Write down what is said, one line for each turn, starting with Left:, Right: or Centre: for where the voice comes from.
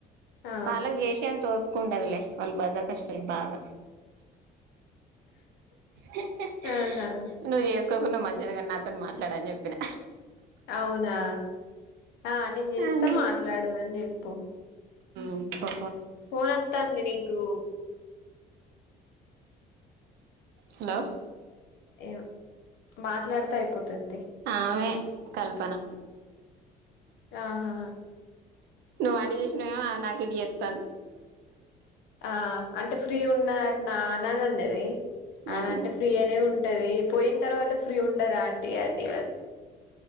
Left: ఆ
Right: వాళ్ళకు చేసాను తో కుండవులే వాళ్లు బద్దకస్తులు బాగా హా హా
Left: ఆహా
Right: నువ్వు జేసు క్కకుండా మంచిదిగా నాతో మాట్లాడని చెప్పిన
Left: అవునా ఆ నేను చేస్తా
Right: అని
Left: మాట్లాడు అని చెప్ పోతా
Right: ఉబా
Left: ఫోన్ వస్తంది నీకు
Right: హలో
Left: ఏ మాట్లాడతా అయిపోతాదితి
Right: ఆమె కల్పన
Left: ఆహా హా
Right: వాడి చేసిన ఎమో ఆ నాతోని చెప్పడు
Left: ఆ అంటే ఫ్రీ ఉన్నది అటు నాన్ననిండది అలా
Right: ఉమ్
Left: అంటే ఫ్రీ అనే ఉంటది పోయి తర్వాత ఫ్రీ ఉండరా ఆంటీ అనీ